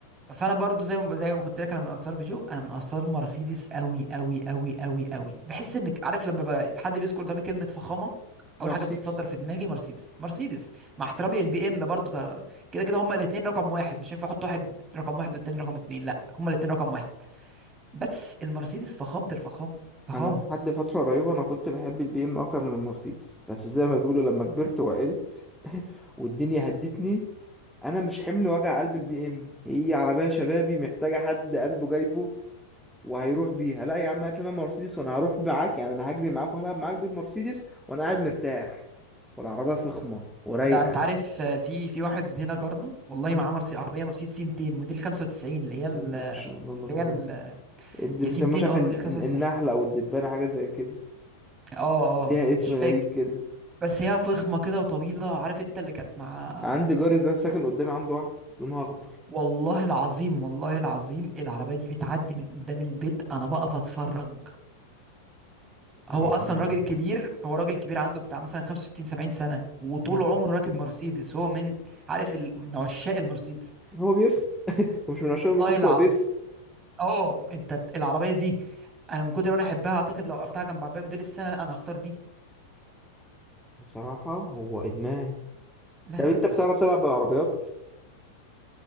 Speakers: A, on the right; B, in the centre.
A: فانا برضو زي ما زي ما كنت لك انا من انصار بيجو انا من انصار مرسيدس قوي قوي قوي قوي قوي بحس انك عارف لما ب- حد بيذكر قدامي كلمه فخامه
B: مرسيدس
A: اول حاجه بتتصدر في دماغي مرسيدس مرسيدس مع احترامي للبي ام برضو ده كده كده هما الاثنين رقم واحد مش هينفع احط واحد رقم واحد والتاني رقم اتنين لا هما الاثنين رقم واحد بس المرسيدس فخامه الفخامه فخامه
B: انا لحد فتره قريبه انا كنت بحب البي ام اكتر من المرسيدس بس زي ما بيقولوا لما كبرت وعقلت <laughs> والدنيا هدتني انا مش حمل وجع قلب البي ام هي عربيه شبابي محتاجه حد قلبه جايبه وهيروح بيها لا يا عم هات لنا مرسيدس وانا هروح معاك يعني انا هجري معاك وهلعب معاك بالمرسيدس وانا قاعد مرتاح والعربيه فخمه ورايقه
A: ده انت عارف آه، في في واحد هنا جارنا والله
B: مم.
A: معاه مرسي عربيه مرسيدس سي 200 موديل 95 اللي
B: بسم
A: هي ال-
B: الله ما شاء
A: اللي
B: الله اللهم بارك
A: هي ال-
B: اللي
A: هي
B: بيسموه
A: سي 200
B: مش عارف
A: اه
B: إن-
A: الموديل
B: إن-
A: 95
B: النحله او الدبانه حاجه زي كده
A: اه
B: ليها
A: اه
B: اسم
A: مش
B: غريب
A: فاكر
B: كده
A: بس هي فخمة كده وطويلة عارف انت اللي كانت مع
B: عندي جاري ده ساكن قدامي عنده واحد لونها اخضر
A: والله العظيم والله العظيم العربية دي بتعدي من قدام البيت انا بقف اتفرج هو
B: ده
A: اصلا
B: ادمان
A: راجل كبير هو راجل كبير عنده بتاع مثلا 65 70 سنة وطول
B: مم.
A: عمره راكب مرسيدس هو من عارف ال... من عشاق المرسيدس
B: هو بيفهم هو مش من عشان
A: والله
B: المصروف
A: العظيم
B: هو بيفهم
A: اه انت ت- العربية دي انا من كتر ما انا احبها اعتقد لو وقفتها جنب عربية موديل السنة لا انا هختار دي
B: بصراحة هو ادمان
A: لا
B: طب
A: لا
B: انت
A: فخامة
B: بتعرف تلعب بالعربيات